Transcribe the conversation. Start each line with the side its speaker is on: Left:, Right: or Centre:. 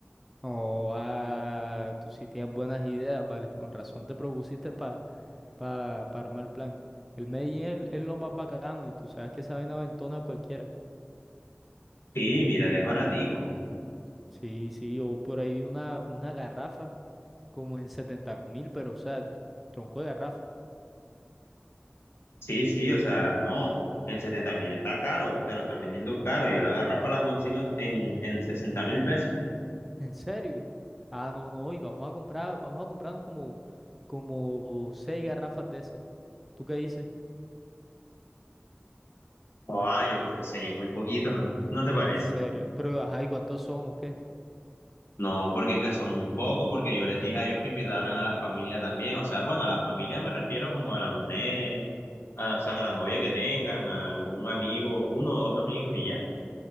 Centre: No, ah, tú sí tienes buenas ideas, vale. Con razón te propusiste para pa, pa pa armar el plan. El Medellín es, es lo más bacano y tú sabes que esa vaina aventona a cualquiera.
Left: Sí, mira que es baratico.
Centre: Sí, sí, yo por ahí vi una, una garrafa como en setenta mil, pero o sea, tronco de garrafa.
Left: Sí, sí, o sea, no, en setenta mil está caro, te lo están vendiendo caro. Yo la garrafa la consigo en, en, en 60 mil pesos.
Centre: ¿En serio? Ah, no, no, y vamos a comprar, vamos a comprarnos como, como seis garrafas de esas. ¿Tú qué dices?
Left: Ah, yo creo que sí, es muy poquito, <laughs> ¿no te parece?
Centre: En serio. Pero, ajá, ¿y cuántos somos? ¿Qué?
Left: No, porque es que somos un poco, porque yo les dije a ellos que invitaran a la familia también. O sea, bueno, a la familia me refiero como a la mujer, a, o sea, a la novia que tengan, a algún amigo, uno o dos amigos y ya.